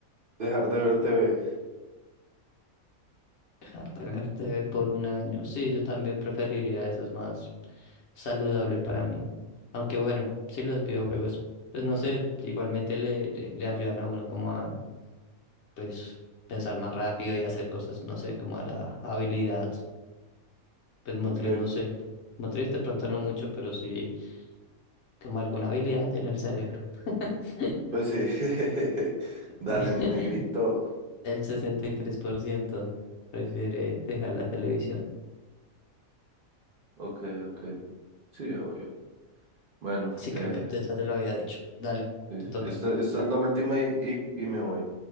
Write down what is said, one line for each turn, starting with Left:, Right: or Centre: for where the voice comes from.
Right: Dejar de ver TV.
Left: Harta verte por un año. Sí, yo también preferiría eso, es más saludable para mí. Aunque bueno, sí los videojuegos, pues no sé, igualmente le, le, le ayudan a uno como a pues pensar más rápido y hacer cosas, no sé, como a la habilidad, pues motriz,
Right: Ok,
Left: no sé. Motriz de pronto no mucho, pero sí como alguna habilidad en el cerebro. <laughs>
Right: pues sí. <laughs>
Left: De-
Right: Dale, mi negrito.
Left: El 63% prefiere dejar la televisión.
Right: Ok, ok. Sí, obvio. Bueno,
Left: Sí,
Right: eh,
Left: creo que te- ya te lo había dicho. Dale,
Right: eh,
Left: te toca.
Right: esta, esta es la última y, y- y me voy.